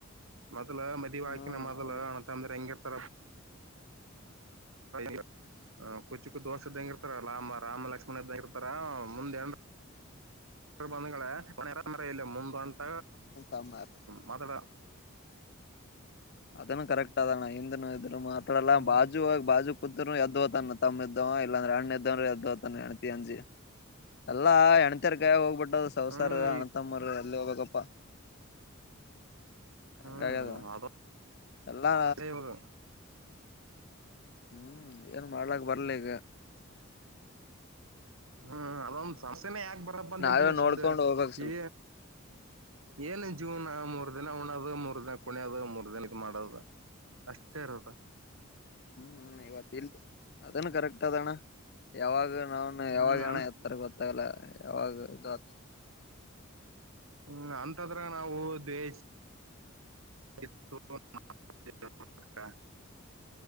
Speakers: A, on the right (about 80°); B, on the left (about 50°).
A: ಮೊದ್ಲು ಮದ್ವೆ ಹಾಕಿನ
B: ಹಾ
A: ಮೊದ್ಲು
B: ಹೌದು
A: ಅಣಂತಂದ್ರೆ ಹೆಂಗ <unintelligible> ಹ ಕುಚಿಕ್ಕ ದೋಸ್ತ್ ಇದ್ದಂಗ ಇರ್ತಾರ ರಾಮ ರಾಮ ಲಕ್ಷ್ಮಣ ಇದ್ದಂಗ ಇರ್ತಾರ ಮುಂದೆ <unintelligible> ಮುಂದ ಹೊಂಟ
B: ತಮ್ಮ
A: ಮದಡ <unintelligible>
B: ಇದನು ಕರೆಕ್ಟ್ ಅದಣ ಹಿಂದ ಇದ ಮಾತ್ರ ಎಲ್ಲಾ
A: ಹ್ಮ್
B: ಬಾಜು ಆಗ ಬಾಜು ಕುತ್ರು ಯದ್ದ ತಾನೆ ತಮ್ಮ ಇದ್ದವ ಇಲ್ಲಾಂದ್ರೆ ಅಣ್ಣ ಇದ್ದವ್ರು ಯದ್ದ ತಾನೆ ಅನತಿ ಅಂಜಿ ಎಲ್ಲಾ ಎಣತರ್ ಕಾಯ ಹೋಗ್ಬಿಟ್ಟದ ಸವಸಾರ
A: ಹ್ಮ್ ಈ-
B: ಅಣಂತಮ್ಮರ್ ಎಲ್ಲಿ ಹೋಗಪ್ಪ ವಾ ಹಂಗಾಗ
A: ಹ್ಮ್
B: ಅದು
A: ಅದೊಂದ್
B: ಎಲ್ಲಾ
A: ಇವಾಗ
B: ಹ್ಮ್ ಏನ್ ಮಾಡ್ಲಕ್ ಬರ್ಲ ಈಗ
A: ಹ್ಮ್ ಅದೊಂದು ಸಸೆನೆ ಯಾಕೆ ಬರಪ್ಪ ಅಂತ
B: ನಾವೇ
A: ಎಂತನ
B: ನೋಡ್ಕೊಂಡ್
A: ಸುದ್ದ
B: ಹೋಗ್ಬೇಕ್ ಸ್ವಲ್ಪ
A: ಈ ಏನ್ ಜೀವ್ನ ಮೂರ್ ದಿನ ಹುಣ ಆದಾಗ ಮೂರ್ ದಿನ ಕುಣಿಯ ಆದಾಗ ಮೂರ್ ದಿನ ಇದ್ ಮಾಡದ ಅಷ್ಟೇ ರೋಗ
B: ಹ್ಮ್ ಇವತ್ ಇಲ್ ಅದನ್ನು ಕರೆಕ್ಟ್ ಅದಣ ಯಾವಾಗ ನಾವನ್
A: ಹ್ಮ್
B: ಯಾವಾಗ
A: ಅಂತ
B: ಣ ಇತಾರೆ ಗೊತ್ತಾಗಲ್ಲ ಯಾವಾಗ ಇದುತ
A: ಹ್ಮ್ ಅಂತದ್ರ ನಾವು ದ್ವೇಷ <unintelligible>